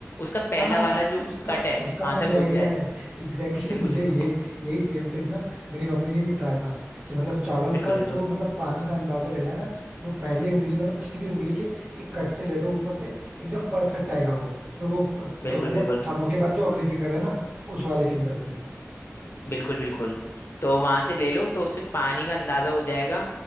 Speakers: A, on the left; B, on the right.
A: उसका पहला
B: हाँ
A: वाला जो
B: उसका
A: कट है
B: उसका
A: वहां
B: मुझे
A: तक
B: आइडिया
A: डूब जाए
B: है एग्जैक्टली exactly
A: बिल्कुल
B: <laughs> मुझे
A: बिल्कुल
B: ये यही सेम ट्रिक ना मेरी मम्मी ने भी बताया था कि मतलब चावल
A: बिल्कुल
B: का
A: बिल्कुल
B: जो मतलब पानी का अंदाजा लेना है ना वो पहले उंगली मतलब किसी भी उंगली के एक कट से ले लो ऊपर से एकदम परफेक्ट आएगा वो तो वो फ- फ-
A: बिल्कुल
B: मतलब
A: बिल्कुल
B: थंब के बाद जो अगली फिंगर है ना उस वाली फिंगर से
A: बिल्कुल बिल्कुल तो वहां से ले लो तो उससे पानी का अंदाजा हो जाएगा